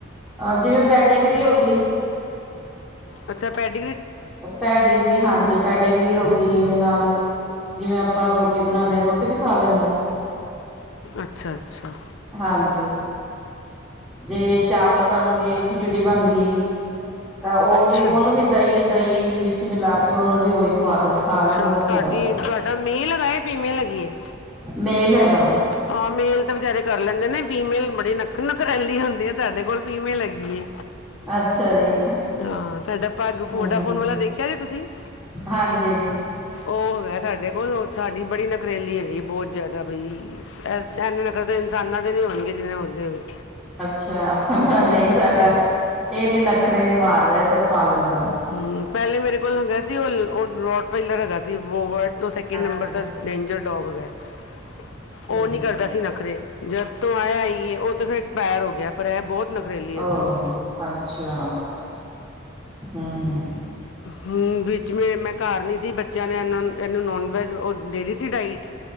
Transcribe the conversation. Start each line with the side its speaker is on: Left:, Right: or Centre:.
Centre: ਜਿਵੇਂ ਪੈਡੀਗਰੀ ਹੋ ਗਈ
Left: ਅੱਛਾ ਭੈਡ
Centre: ਪੈ ਡਿਗਰੀ ਹਾਂਜੀ ਪੈ ਡਿਗਰੀ ਹੋ ਗਈ ਨਾਲ ਜਿਵੇਂ ਆਪਾਂ ਰੋਟੀ ਬਣਾਦੇ ਹਾਂ ਰੋਟੀ ਵੀ ਖਾ ਲੈਂਦਾ ਹੈ
Left: ਅੱਛਾ ਅੱਛਾ
Centre: ਹਾਂਜੀ ਜੇ ਚਾਵਲ ਬਣ ਗਏ ਖਿਚੜੀ ਬਣ ਗਈ ਤਾਂ ਉਹ
Left: ਅੱਛਾ
Centre: ਵੀ ਉਹਨੂੰ ਵੀ ਦਹੀਂ ਦਹੀਂ ਵਿੱਚ ਮਿਲਾ ਕੇ ਉਹਨੂੰ ਵੀ ਉਹੀ ਖਵਾ ਦਿੰਦੇ ਖਾ
Left: ਅੱਛਾ
Centre: ਲੈਂਦਾ ਹੁੰਦਾ
Left: ਸਾਡੀ ਤੁਡਾ ਮੇਲ ਹੈਗਾਏ ਫੀਮੇਲ ਕੀ
Centre: ਮੇ ਲਗਾ ਵ
Left: ਹਾਂ ਮੇਲ ਤਾਂ ਬਚਾਰੇ ਕਰ ਲੈਂਦੇ ਨੇ ਫੀਮੇਲ ਬੜੀ ਨੱਖ ਨੱਖ ਰੈਲੀ ਹੁੰਦੀ ਆ ਸਾਡੇ ਕੋਲ ਫੀਮੇਲ ਹੈਗੀ
Centre: ਅੱਛਾ ਜੀ,
Left: ਹਾਂ ਸਾਡਾ ਪੱਗ ਫੋਡਾ
Centre: ਹੂੰ,
Left: ਫੋਨ ਵਾਲਾ ਦੇਖਿਆ ਜੇ ਤੁਸੀਂ
Centre: ਹਾਂਜੀ।
Left: ਉਹ ਹੈਗਾ ਸਾਡੇ ਬਿਲਖੋਲ ਸਾਡੀ ਬੜੀ ਨਖਰੇਲੀ ਹੈਗੀ ਹੈ ਬਹੁਤ ਜ਼ਿਆਦਾ ਬਈ ਇੰਨੇ ਨਖਰੇ ਤਾਂ ਇਨਸਾਨਾਂ ਦੇ ਨਹੀਂ ਹੋਣਗੇ ਜਿਹਨ੍ਹਾਂ ਨੇ ਉੱਦੇ ਹੈਗੇ
Centre: ਅੱਛਾ
Left: ਬਹੁਤ
Centre: ਨਹੀਂ
Left: ਨਖਰੇ
Centre: ਸਾਡਾ
Left: ਹੈ
Centre: ਇਹਨੇ ਨਖਰੇ ਨੀ ਮਾਰਦਾ ਤਾਂ ਖਾ ਲੈਂਦਾ
Left: ਹਮ ਪਹਿਲੇ ਮੇਰੇ ਕੋਲ ਹੈਗਾ ਸੀ ਉਹ ਰੋਟ ਵਲਰ ਹੈਗਾ ਸੀ ਵੋਵਰਟ ਤੋਂ ਸੈਕਿੰਡ
Centre: ਅੱਛਾ
Left: ਨੰਬਰ ਤਾਂ
Centre: ਜੀ।
Left: ਡੇਂਜਰ ਡੋਗ ਗਏ <inaudible>
Centre: ਠੀਕ
Left: ਉਹ ਨੀ ਕਰਦਾ
Centre: ਹੈ।
Left: ਸੀ ਨਖਰੇ ਜਦ ਤੋਂ ਆਇਆ ਆਈਏ ਉਹ ਤਾਂ ਫਿਰ ਐਕਸਪਾਇਰ ਹੋ ਗਿਆ ਪਰ ਇਹ ਬਹੁਤ ਨਖਰੇਲੀ ਹੈਗੀ
Centre: ਆ
Left: ਹੈ
Centre: ਅੱਛਾ ਹਾਂ ਹਾਂ
Left: ਹਮ ਵਿੱਚ ਮ ਮੈਂ ਘਰ ਨੀ ਸੀ ਬੱਚਿਆਂ ਨੇ ਇਹਨਾਂ ਇਹਨੂੰ ਨੋਨ ਵੈਜ ਉਹ ਦੇ ਦਿੱਤੀ ਡਾਇਟ